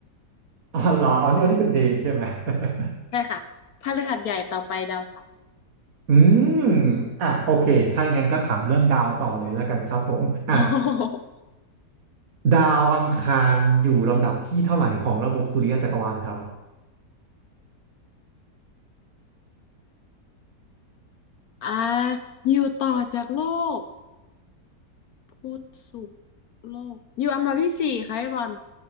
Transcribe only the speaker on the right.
อ๋อเหรออ๋อนี่อันนี้เป็นเพลงใช่ไหม <laughs>
อืมอ่ะโอเคถ้าอย่างนั้นก็ถามเรื่องดาวต่อเลยแล้วกันครับผมอ่ะ
ดาวอังคารอยู่ลำดับที่เท่าไหร่ของระบบสุริยะจักรวาลครับ